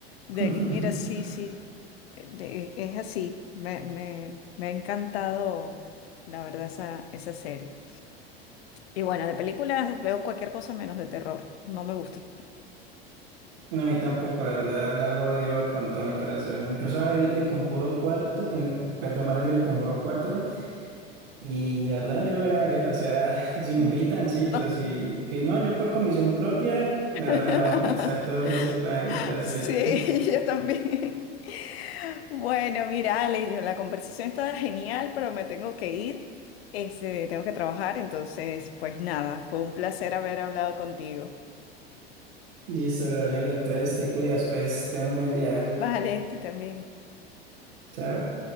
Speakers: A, on the left; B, on the right.
A: De,
B: <laughs>
A: y mira, sí, sí, eh, de- es así. Me, me, me ha encantado, la verdad, esa, esa serie. Y bueno, de películas veo cualquier cosa menos de terror. No me gusta.
B: No, a mí tampoco, la verdad, la jodió con todo mi corazón. Incluso el, el Conjuro cuarto, el, perdón, va a salir el Conjuro cuatro. Y la verdad, yo no la voy a ver, o sea, <laughs> si
A: <laughs>
B: me invitan, sí, pero
A: No.
B: si que no, yo por convicción propia, la
A: <laughs>
B: verdad no, me salto ese plan, gracias.
A: Sí,
B: <laughs>
A: <laughs> yo también. Bueno, mira, Alex, yo- la conversación está genial, pero me tengo que ir. Este, tengo que trabajar, entonces, pues nada, fue un placer haber hablado contigo.
B: Listo, Gabriel, entonces te cuidas, pues, ten un buen día.
A: Vale, tú también.
B: Chao.